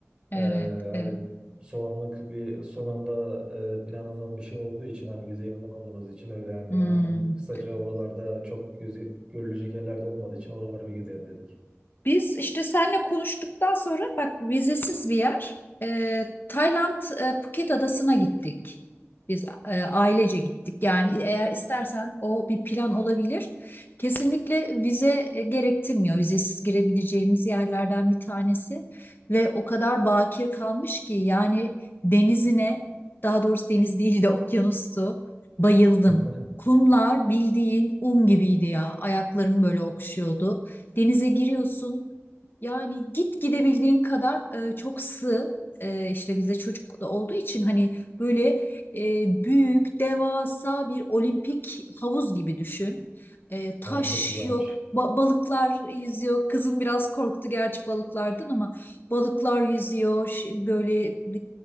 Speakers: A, on the left; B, on the right.
A: Evet,
B: e, hani
A: evet.
B: son anlık bir son anda e, planlanan bir şey olduğu için hani vizeyi alamadığımız için öyle yani
A: Hmm.
B: hemen kısaca oralarda çok gözü, görülecek yerlerde olmadığı için oraları bir gezelim dedik.
A: Biz işte seninle konuştuktan sonra bak vizesiz bir yer. Ee, Tayland e, Phuket adasına gittik. Biz e, ailece gittik. Yani eğer istersen o bir plan olabilir. Kesinlikle vize e, gerektirmiyor. Vizesiz girebileceğimiz yerlerden bir tanesi. Ve o kadar bakir kalmış ki yani denizine daha doğrusu deniz değil de okyanustu bayıldım.
B: <laughs>
A: Kumlar bildiğin un gibiydi ya. Ayaklarım böyle okşuyordu. Denize giriyorsun. Yani git gidebildiğin kadar e, çok sığ. E, işte bizde çocuk da olduğu için hani böyle e, büyük, devasa bir olimpik havuz gibi düşün. E, taş
B: Ha, çok güzelmiş.
A: yok, ba- balıklar yüzüyor. Kızım biraz korktu gerçi balıklardan ama balıklar yüzüyor. Ş- Böyle